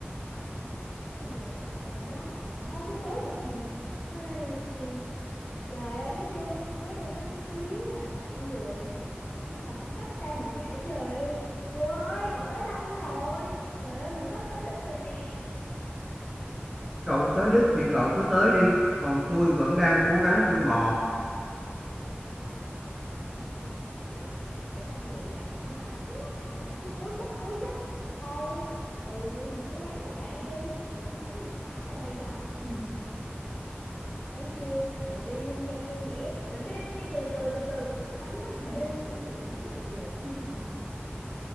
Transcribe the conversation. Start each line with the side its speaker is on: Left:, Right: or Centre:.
Left: cái con rùa chậm chạp đó còn lâu mới tới được mình Ai, trời ơi thấy chưa mới đi có một xíu à mà con rùa kìa nó còn ít cách xa mình quá trời luôn rùa ơi cậu tới đâu rồi trời ơi mình sắp tới đích rồi nè
Centre: cậu tới đích thì cậu cứ tới đi còn tôi vẫn đang cố gắng tôi bò
Left: <laughs> cái con rùa này nó mà nó cứ cố chấp cố chấp thôi ừ thì cứ ráng mà chạy đi cũng không thắng được thỏ ta đây đâu <laughs> thấy chưa mình đi dung dăng dung dẻ mình cứ đi từ từ từ từ nhắm mắt mà đi kiểu gì cũng thắng được rùa <laughs>